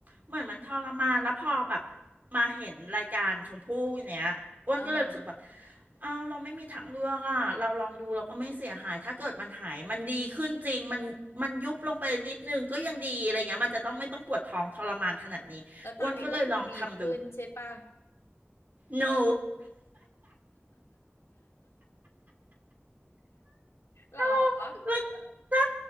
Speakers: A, on the right; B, on the left.
A: เหมือนมันทรมานแล้วพอแบบมาเห็นรายการชมพู่เนี้ยอ้วนก็เลยรู้สึกแบบ
B: อ่าฮะ
A: เอาเราไม่มีทางเลือกอ่ะเราลองดูเราก็ไม่เสียหายถ้าเกิดมันหายมันดีขึ้นจริงมันมันยุบลงไปนิดนึงก็ยังดีอะไรเงี้ยมันจะต้องไม่ต้องปวดท้องทรมานขนาดนี้อ้วนก็เลยลองทำดู
B: แล้วตอนนี้ก็คือดีขึ้นใช่ป่ะ
A: หนู
B: หรอ
A: แล้วใช่